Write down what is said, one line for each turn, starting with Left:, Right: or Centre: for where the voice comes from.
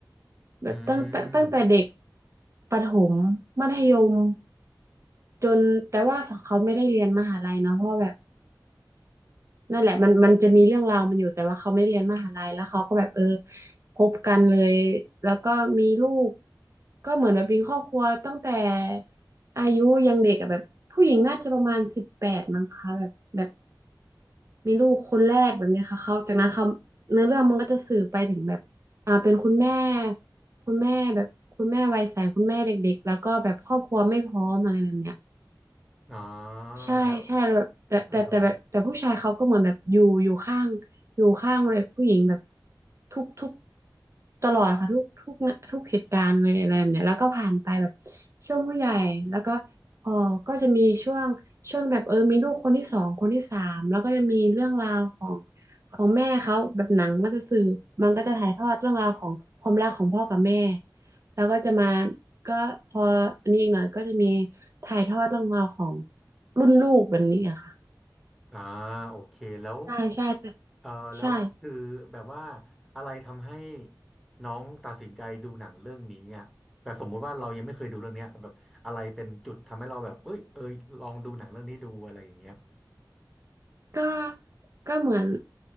Right: แบบตั้งแต่ตั้งแต่เด็ก
Centre: อืม
Right: ประถมมัธยมจนแต่ว่าเขาไม่ได้เรียนมหาลัยเนาะเพราะว่าแบบ นั่นแหละมันมันจะมีเรื่องราวมันอยู่แต่ว่าเขาไม่ได้เรียนมหาลัยแล้วเขาก็แบบเออคบกันเลยแล้วก็มีลูกก็เหมือนแบบมีครอบครัวตั้งแต่อายุยังเด็กอะแบบผู้หญิงน่าจะประมาณสิบแปดมั้งคะแบบแบบมีลูกคนแรกแบบเนี้ยค่ะเขาจากนั้นเขาเนื้อเรื่องมันก็จะสื่อไปถึงแบบอ่าเป็นคุณแม่คุณแม่แบบคุณแม่วัยใสคุณแม่เด็กๆแล้วก็แบบครอบครัวไม่พร้อมอะไรแบบเนี้ย
Centre: อ๋อ
Right: ใช่ใช่แบบแต่แต่แต่แบบแต่ผู้ชายเขาก็เหมือนแบบอยู่อยู่ข้างอยู่ข้างเลยผู้หญิงแบบ
Centre: แล้วอ่าฮะ
Right: ทุกทุกตลอดค่ะทุกทุกทุกเหตุการณ์เลยอะไรแบบเนี้ยแล้วก็ผ่านไปแบบช่วงผู้ใหญ่แล้วก็เออก็จะมีช่วงช่วงแบบเออมีลูกคนที่สองคนที่สามแล้วก็จะมีเรื่องราวของของแม่เขาแบบหนังมันจะสื่อมันก็จะถ่ายทอดเรื่องราวของความรักของพ่อกับแม่แล้วก็จะมาก็พออันนี้อีกหน่อยก็จะมีถ่ายทอดเรื่องราวของ รุ่นลูกแบบนี้อะค่ะ
Centre: อ่าโอเคแล้ว
Right: ใช่ใช่แต่
Centre: เออแล้วคือแบบว่า
Right: ใช่
Centre: อะไรทำให้น้องตัดสินใจดูหนังเรื่องนี้อ่ะแบบสมมุติว่าเรายังไม่เคยดูเรื่องเนี้ยแบบอะไรเป็นจุดทำให้เราแบบเอ้ยเอยลองดูหนังเรื่องนี้ดูอะไรอย่างเงี้ย
Right: ก็ก็เหมือน